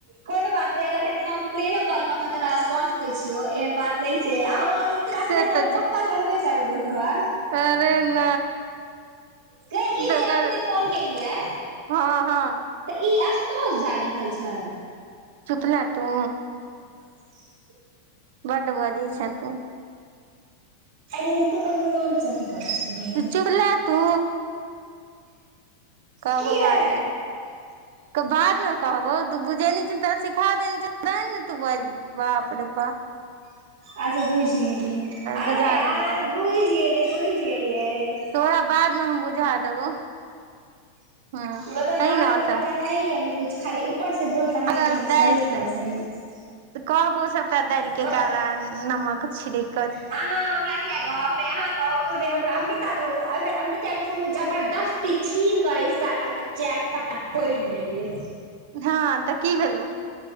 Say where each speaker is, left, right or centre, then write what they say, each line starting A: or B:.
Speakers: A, on the right; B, on the right.
A: कोनो बात नइ अगर हेतै तऽ फेरो काँल कऽ के तोरा कऽ सकै। कहै छियौ, एहन बात नहि छै आ ई कटतै
B: से
A: तऽ
B: छै
A: पक्का करबे करबौ तोहर।
B: अरे, न।
A: गै ई
B: गग,
A: जे अखन
B: र
A: जे फोन केलियै
B: हँ हँ।
A: तऽ ई आशुतोष झा लिखल छै।
B: चुप ले तो।
A: <unintelligible>
B: बड्ड बजै छैं तू।
A: अगैं तु ककरो नामसँ अथि करै छीही।
B: तू चुपला तू कहबो
A: किया
B: बाद में। क बाद में कहबौ, तू बुझेने छीही तोरा सिखा देने छी ने तू ब। बापरे बा।
A: अच्छा बुइझ गेलिये, अरे
B: बुझा
A: यार
B: देबो बादमे
A: बुइच गेलि। बुइझ गेलियै।
B: तोरा बादमे हम बुझा देबो हँ
A: मतलब
B: कही
A: दाल
B: ने आओर
A: में काला
B: सब
A: है। है ही अभी कुछ, खाली ऊपर से बोलता है
B: अगर
A: कि हम
B: दालि
A: सरीफ हैं, सरीफ है।
B: तऽ कहबो सभटा दालिक के
A: मतलब
B: काला नमक छिड़ैक।
A: अहाँ हमरा किया कह हम अहाँ। कहु ने हमरा अमृता कह अइबेर अमृता के फोन में जबरदस्ती छीन कऽ इंस्टाग्राम के। चैट सबटा पढ़ि लेलियै।
B: हँ तऽ की भेलौहु।